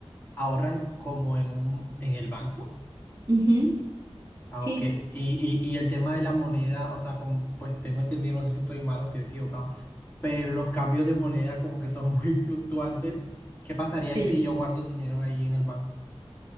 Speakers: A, on the left (about 20°); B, on the right (about 35°).
A: ¿ahorran como en un, en el banco?
B: Ujú,
A: Ah,
B: Sí.
A: ok. Y, y, y el tema de la moneda, o sea, como, pues tengo entendido, no sé si estoy mal o estoy equivocado, pero los cambios de moneda como que son <laughs> muy fluctuantes. ¿Qué pasaría
B: sí.
A: ahí si yo guardo el dinero ahí en el banco?